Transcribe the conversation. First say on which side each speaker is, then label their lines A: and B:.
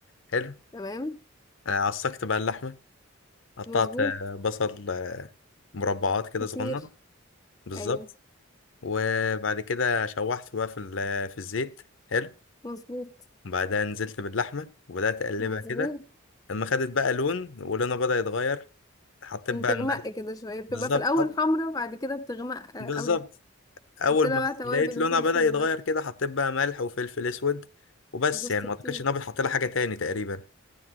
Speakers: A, on the left (about 65°); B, on the left (about 15°).
A: حلو
B: تمام
A: آه، عصقت بقى اللحمه قطعت
B: مظبوط
A: آه، بصل آه، مربعات كده
B: كتير
A: صغنن بالظبط
B: ايوه
A: وبعد كده شوحته بقى في ال- آه، في الزيت حلو
B: مظبوط
A: وبعدها نزلت باللحمه وبدات اقلبها
B: مظبوط
A: كده لما خدت بقى لون ولونها بدا يتغير حطيت
B: بتغمق
A: بقى الملح
B: كده شوية بتبقى
A: بالظبط
B: في الاول
A: حط
B: حمرا بعد كده بتغمق آه،
A: بالظبط
B: قوي
A: اول
B: حط لها
A: ما
B: بقى توابل
A: لقيت لونها
B: وفلفل
A: بدا يتغير
B: وملح
A: كده حطيت بقى ملح وفلفل اسود وبس
B: جوز
A: يعني
B: الطيب
A: ما اعتقدش ان انا بتحط لها حاجه تاني تقريبا